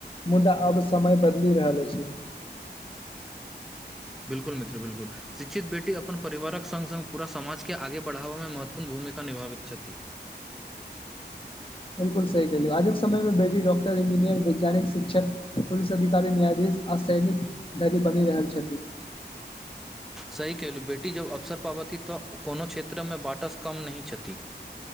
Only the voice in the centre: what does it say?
बिलकुल मित्र बिलकुल शिक्षित बेटी अपन परिवारक सङ्ग सङ्ग पूरा समाजके आगे बढ़ाबय मे महत्वपूर्ण भूमिका निभाबैत छथि
सही केलहुँ बेटी जब अवसर पाबथि तऽ कोनो क्षेत्रमे बाटस कम नहि छथि